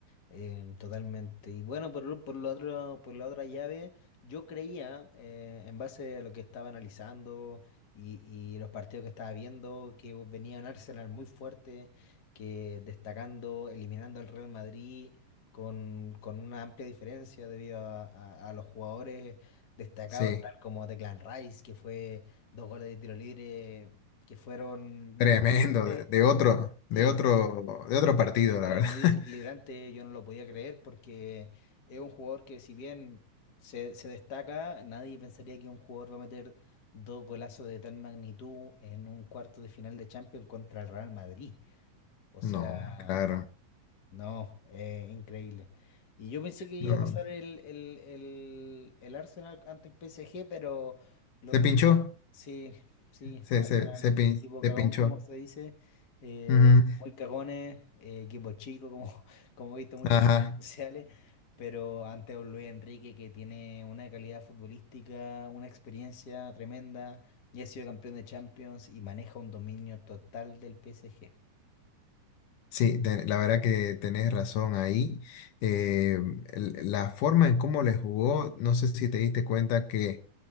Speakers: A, on the left; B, on the left.
A: eh, totalmente. Y bueno, por, lo- por lo otro, por la otra llave, yo creía, eh, en base a lo que estaba analizando y, y los partidos que estaba viendo, que venía un Arsenal muy fuerte, que destacando, eliminando al Real Madrid con, con una amplia diferencia debido a, a- a los jugadores destacados,
B: Sí,
A: tal como Declan Rice, que fue dos goles de tiro libre, que fueron mentalmente...
B: tremendo, de de otro, de
A: Sí,
B: otro, de otro partido, la
A: fue
B: verdad.
A: muy desequilibrante,
B: <laughs>
A: yo no lo podía creer porque es un jugador que si bien se, se destaca, nadie pensaría que un jugador va a meter dos golazos de tal magnitud en un cuarto de final de Champions contra el Real Madrid. O sea,
B: No, claro,
A: no, eh, increíble. Y yo pensé que iba
B: no.
A: a pasar el, el, el, el Arsenal ante el PSG, pero lo
B: Se
A: que
B: pinchó,
A: vi Sí, sí,
B: se,
A: Arsenal,
B: se, se, pin-
A: equipo
B: se
A: cagón,
B: pinchó.
A: como se dice, eh,
B: Ujú,
A: muy cagones, eh, equipo chico, como, <laughs> como he visto mucho
B: Ajá,
A: en redes sociales, pero ante un Luis Enrique que tiene una calidad futbolística, una experiencia tremenda, ya ha sido campeón de Champions y maneja un dominio total del PSG.
B: sí, te- la verdad que tenés razón ahí. Eh, el- la forma en cómo le jugó, no sé si te diste cuenta que